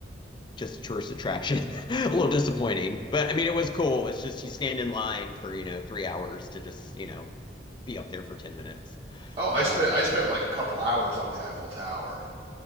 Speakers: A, on the left (about 25°); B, on the right (about 35°).
A: just a tourist attraction. <laughs> A little disappointing, but I mean, it was cool. It's just you stand in line for, you know, three hours to just, you know, be up there for 10 minutes.
B: Oh, I
A: Um,
B: spent I spent like a couple hours up the Eiffel Tower.